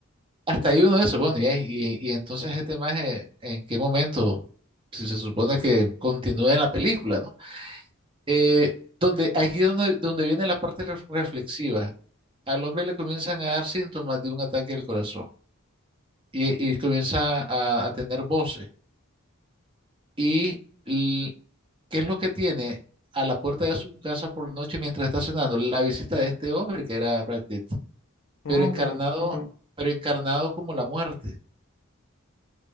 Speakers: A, on the right; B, on the left.
A: hasta ahí uno se supone, ya, y, y entonces este maje, ¿en qué momento? Si se supone que continúa en la película, ¿no? Eh, donde, aquí donde, donde viene la parte re- reflexiva. Al hombre le comienzan a dar síntomas de un ataque al corazón y, y comienza a, a tener voces. ¿Y l- qué es lo que tiene a la puerta de su casa por la noche mientras está cenando? La visita de este hombre que era Brad Pitt,
B: Ah,
A: pero encarnado,
B: ya. Ajá.
A: pero encarnado como la muerte.